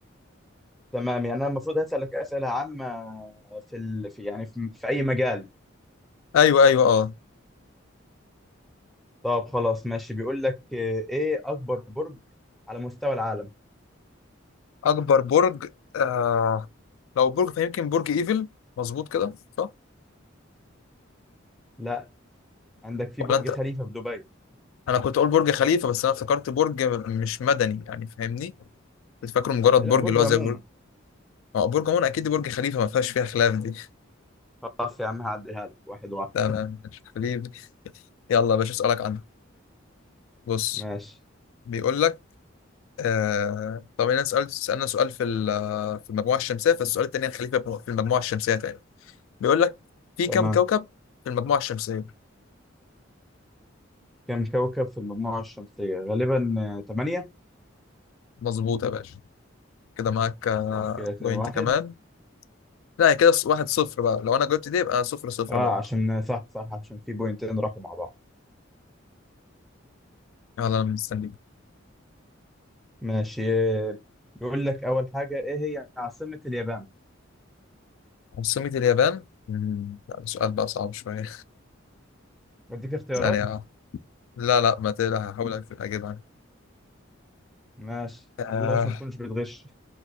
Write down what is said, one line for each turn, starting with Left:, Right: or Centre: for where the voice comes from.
Centre: تمام يعني انا المفروض هسألك أسئلة عامة في ال... في يعني في... في اي مجال
Left: ايوه ايوه اه
Centre: طب خلاص ماشي بيقول لك آه، ايه اكبر برج على مستوى العالم
Left: اكبر برج آه لو برج فيمكن برج ايفل مظبوط كده صح
Centre: لا عندك في
Left: ولا
Centre: برج
Left: انت
Centre: خليفة في دبي
Left: انا كنت اقول برج خليفه بس انا افتكرت برج م- مش مدني يعني فاهمني كنت فاكره مجرد
Centre: لا
Left: برج
Centre: برج
Left: اللي هو
Centre: عموما
Left: زي برج اه برج عموما اكيد برج خليفه ما فيهاش فيها خلاف دي <laughs>
Centre: خلاص يا عم هعديها لك واحد واحد
Left: تمام مش خليفه يلا يا باشا اسالك عنه بص
Centre: ماشي
Left: بيقول لك آه... طب انا سالت سالنا سؤال في ال- آه، في المجموعه الشمسيه فالسؤال التاني هنخليه في في المجموعه الشمسيه تاني بيقول لك في
Centre: تمام
Left: كم كوكب في المجموعة الشمسية
Centre: كم كوكب في المجموعة الشمسية غالبا آه، تمانية
Left: مظبوط يا باشا كده معاك آه،
Centre: طب كده اتنين
Left: بوينت
Centre: واحد
Left: كمان لا هي كده واحد صفر بقى لو انا جبت دي يبقى صفر صفر
Centre: اه
Left: برضه
Centre: عشان آه، صح صح عشان في بوينتين راحوا مع بعض
Left: يلا انا مستنيك
Centre: ماشي آه، بيقول لك اول حاجة ايه هي عاصمة اليابان
Left: عاصمة اليابان مم، لا ده سؤال بقى صعب شوية
Centre: اديك
Left: <laughs>
Centre: اختيارات
Left: ثانية واحدة. لا لا ما تقلق هحاول أك- أجيب- اجيبها
Centre: ماشي
Left: آه
Centre: الله بس ما تكونش بتغش